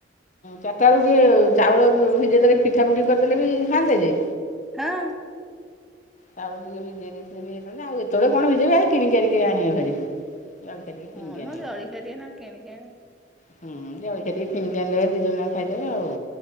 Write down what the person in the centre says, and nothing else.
ହଁ।
ହଁ
ମଁ
ଜଲଖିଆ ଟିକେ ନହେଲେ କିଣିକି ଆଣିବୁ।